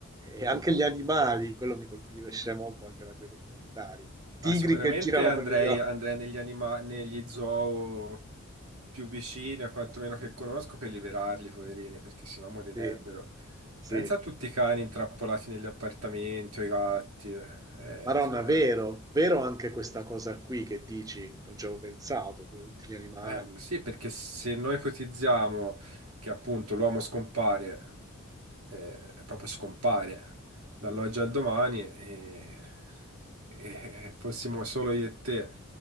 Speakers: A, on the right; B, on the right.
A: e anche gli animali, quello mi colpisce molto anche da quei documentari, tigri
B: Ah, sicuramente
A: che girano
B: andrei,
A: per le... <laughs>
B: andrei negli anima- negli zoo più vicini, a quantomeno che conosco, per liberarli, poverini, perché sennò morirebbero.
A: Sì, sì.
B: Pensa a tutti i cani intrappolati negli appartamenti o i gatti. Eh,
A: Madonna,
B: se-
A: vero, vero anche questa cosa qui che dici, non ci avevo pensato, pure tutti gli animali.
B: Eh, sì, perché se noi ipotizziamo che appunto l'uomo scompare, eh, proprio scompare dall'oggi
A: Sì.
B: al domani e, e fossimo solo io e te